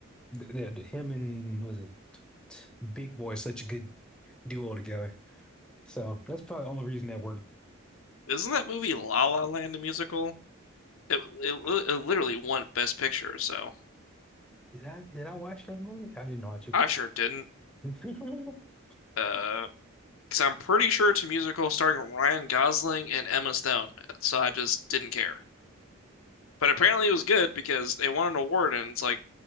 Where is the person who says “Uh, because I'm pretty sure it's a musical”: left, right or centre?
Left